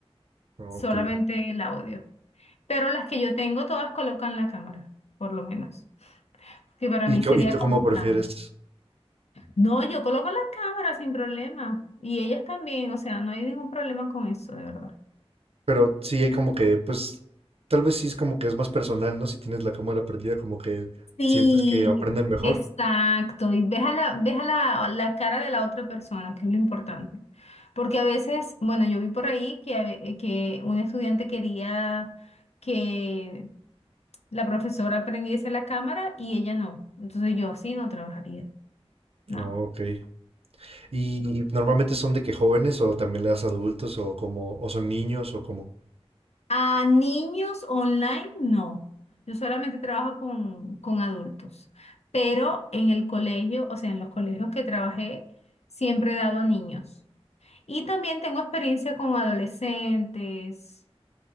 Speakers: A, on the right (about 65°); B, on the left (about 80°).
A: Ok.
B: solamente el audio. Pero las que yo tengo, todas colocan la cámara, por lo menos. Que para
A: ¿Y,
B: mí
A: co-
B: sería
A: y tú
B: complicado.
A: cómo prefieres?
B: No, yo coloco la cámara sin problema. Y ellas también, o sea, no hay ningún problema con eso, de verdad.
A: Pero sí hay como que, pues, tal vez sí es como que es más personal, ¿no? Si tienes la cámara prendida, como que
B: Sí,
A: sientes que aprenden mejor.
B: exacto. Y ves a la, ves a la, la cara de la otra persona, que es lo importante. Porque a veces, bueno, yo vi por ahí que, a ve- que un estudiante quería que la profesora prendiese la cámara y ella no. Entonces yo así no trabajaría. No.
A: Oh, ok. ¿Y normalmente son de que jóvenes o también le das a adultos o como, o son niños o como?
B: A niños online, no. Yo solamente trabajo con, con adultos. Pero en el colegio, o sea, en los colegios que trabajé, siempre he dado a niños. Y también tengo experiencia con adolescentes,